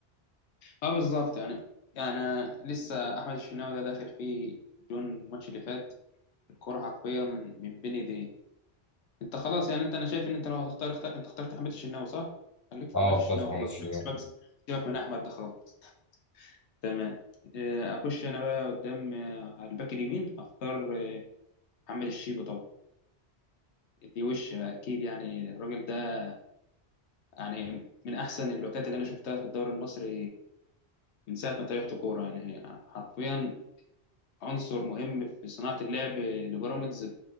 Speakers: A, on the left (about 85°); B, on the left (about 20°).
A: اه بالظبط يعني يعني لسه احمد الشناوي ده داخل فيه جون الماتش اللي فات الكرة حرفيا من بين ايديه انت خلاص يعني انت انا شايف ان انت لو هتختار اختار انت اخترت حماد الشناوي صح؟ خليك في
B: اه
A: حماد الشناوي
B: بتاع محمد
A: خلاص
B: الشناوي
A: سيبك سيبك سيبك من احمد ده خالص تمام آه، اخش انا بقى قدام آه، على الباك اليمين اختار آه، محمد الشيبي طبعا دي وش اكيد يعني الراجل ده يعني من احسن الباكات اللي انا شفتها في الدوري المصري من ساعه ما تابعت كوره يعني حرفيا عنصر مهم في صناعه اللعب لبيراميدز